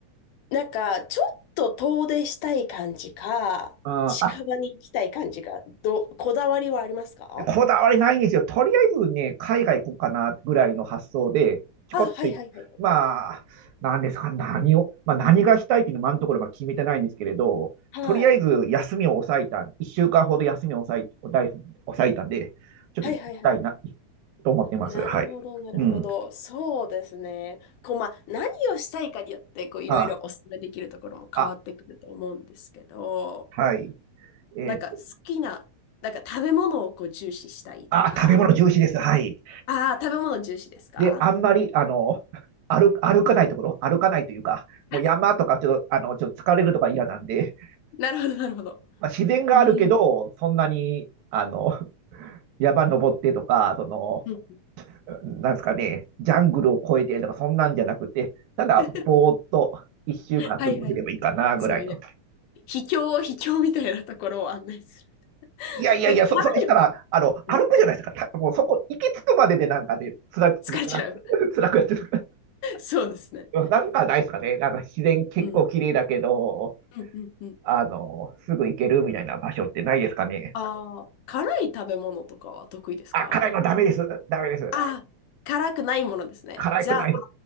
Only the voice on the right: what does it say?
あー
こだわりないんですよ。とりあえずね、海外行こうかなぐらいの発想で、ちょこっとい、
まあ、何ですか、何を、まあ、何がしたいっていうのは今のところまだ決めてないんですけれど、
とりあえず休みを抑えた、1週間ほど休みを抑え抑え抑えたんで、ちょっと行きたいな、
と思ってます。
はい。
うん。
あ、あ、はい。えーっと、
あ、食べ物重視です。はい。
で、あんまり、あの、歩、歩かないところ、歩かないというか、
もう山とかちょっと、あの、ちょっと疲れるとか嫌なんで、
まあ、自然があるけど、
そんなに、あの、<laughs> 山登ってとか、その、
なんですかね、ジャングルを越えてとか、そんなんじゃなくて、ただ、
ぼーっと一週間過ごせればいいかな、
ぐらいの。
いやいやいや、
そ、それしたら、あの、歩くじゃないですか。
たもうそこ、行き着くまででなんかね、つら、つら、
<laughs> つらくやってる。
<laughs> なんかないですかね。なんか自然結構綺麗だけど、
あの、すぐ行けるみたいな場所ってないですかね。
あ、辛いのダメです。ダメです。
辛くないの。